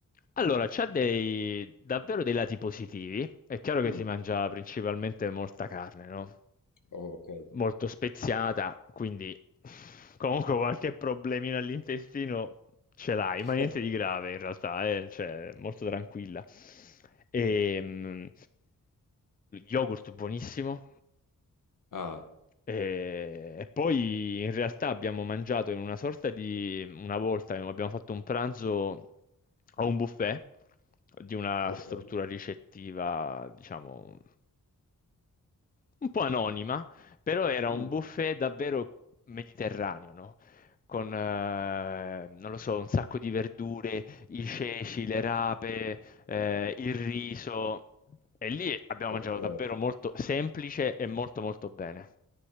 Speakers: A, on the left; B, on the left.
A: Allora, c'ha dei, davvero dei lati positivi. È chiaro che
B: Mm.
A: si mangia principalmente molta carne, no?
B: Oh, ok.
A: Molto speziata, quindi comunque qualche problemino all'intestino ce l'hai,
B: <laughs>
A: ma niente di grave in realtà, eh, cioè, molto tranquilla. E, mm, yogurt buonissimo,
B: Ah,
A: e, e poi in realtà abbiamo mangiato in una sorta di... una volta abbiamo fatto un pranzo a un buffet di una
B: ok.
A: struttura ricettiva, diciamo, un po' anonima, però era un
B: Mm.
A: buffet davvero mediterraneo, no? Con, eh, non lo so, un sacco di verdure, i ceci, le rape, eh, il riso. E lì abbiamo
B: Ok.
A: mangiato davvero molto semplice e molto molto bene.